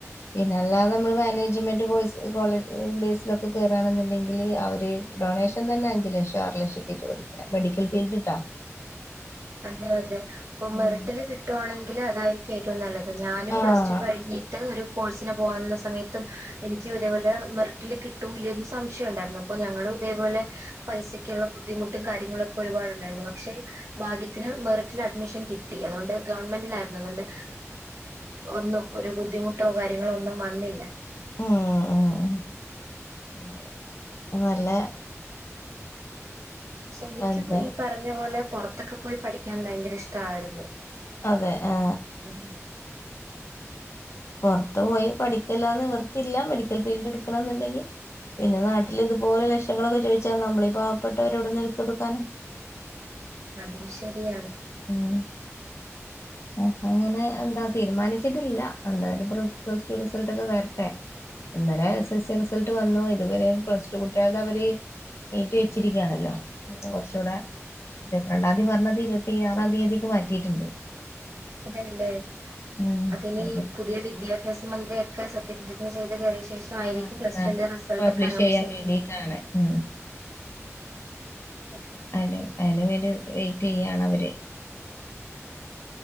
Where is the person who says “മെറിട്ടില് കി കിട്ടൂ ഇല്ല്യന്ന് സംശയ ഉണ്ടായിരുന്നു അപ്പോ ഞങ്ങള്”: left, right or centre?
Right